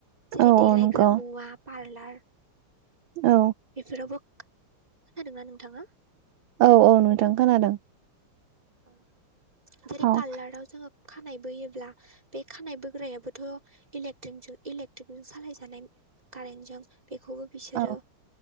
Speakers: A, on the right; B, on the right.
A: जेरै
B: औ
A: देलाइग्रा
B: औ नंगौ
A: मुवा पार्लवार
B: औ
A: बेफोरावबो खोनादोंना नोंथाङा
B: औ औ नोंथां खोनादों
A: ओ जेरै
B: औ
A: पार्लराव जोङो खानाय बोयोब्ला बे खानाय बोग्रायाबोथ' इलेक्ट्रिंकजों इलेक्ट्रिकजों सालायजानाय कारेन्टजों बेखौबो बिसोरो
B: औ